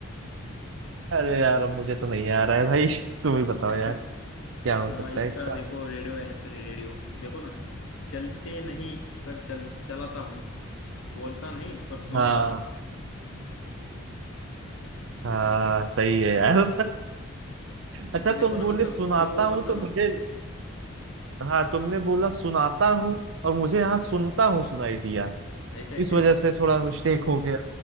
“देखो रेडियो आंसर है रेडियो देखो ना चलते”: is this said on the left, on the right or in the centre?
Left